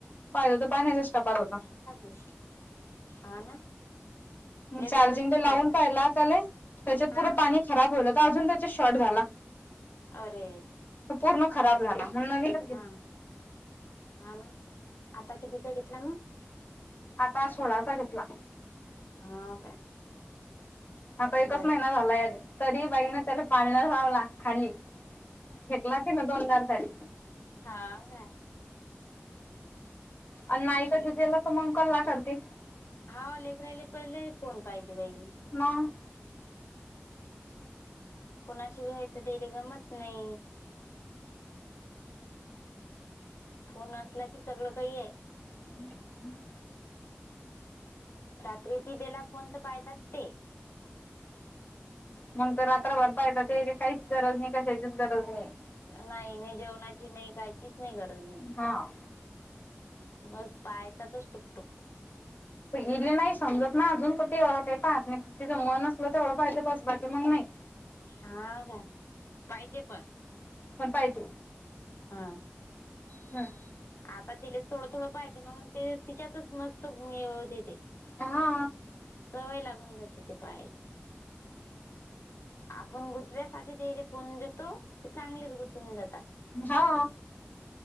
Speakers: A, on the left (about 40°); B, on the left (about 70°).
A: पाहि तर पाण्याचास््टापार होता
B: ोश ह ना लेकरं
A: चार्जिंग
B: तसेच
A: ते लावून
B: करतात
A: पाहिला त्याला त्याच्यात
B: हा
A: पुूरं पाणी खराब होल तर अजून त्याच्या शॉर्ट झाला
B: अरे
A: पूर्ण खराब झाला नवीन
B: हा हा ना आता कितीचा घेतला मग
A: आता सोळाचा घेतला
B: हा काय
A: आता एकच
B: बर
A: महिना झाला या तरी बाईकने त्याला पाळण लावला खाली फेकला तिनं दोनदार तरी
B: हा का
A: आणि नाहीईकला
B: ले
A: तर मग कल्ला करते
B: हा लेकर राहिले पहिले फोन पाहिजे बाई
A: मग
B: कुणाशी वय तर ते रे गमत नाही फोन असला की सगळं काही आहे
A: ह हम्
B: रात्री त बेला फोन तर पाहतात ते
A: मग तर रात्राभर पाहता याची काहीच गरज नाही कशाचीच गरज नाही
B: नाही नाही जेवणाची नाही कायचीच नाही गरज नाही
A: हा
B: बस पायताातच टुकटुक
A: इले नाही समजत ना अजून क ते ए काही पाहत नाही तिचं मन असलं तेवढं पाहिलं बस क मग नाही
B: हा का पाहितेे पण
A: म्ह पायती
B: हा
A: हम्
B: आता तिले थोडं थोडं पाहतेे मग ते तिच्यातच मस्त देते
A: हा
B: सवय लागून जाते ते पायाची आपण गुंतव्यासाठी तेले फोन देतो ते चांगलेच गुंतून जातान.
A: हा